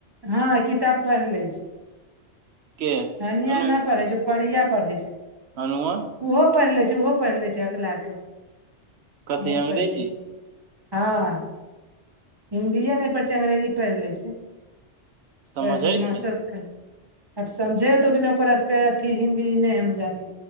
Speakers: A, on the right; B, on the right.
A: हँ किताब पढ़ लै छै
B: के
A: कनिया
B: अनु
A: ना पढ़ै छै परीया पढ़ै छै
B: अनुआ
A: ओहो पढ़ि ले छै ओहो पढ़ ले छै हकला के ओहो
B: कथी अंग्रेजी
A: पढ़ ले छै हँ हिन्दीए नहि पढ़ै छै अंग्रेजी पढ़ि लै छै
B: समझै
A: पढ़ि ल मास्टर
B: छै
A: अब समझे तो बि नहि ओकर अथी हिन्दी नहि हमजानी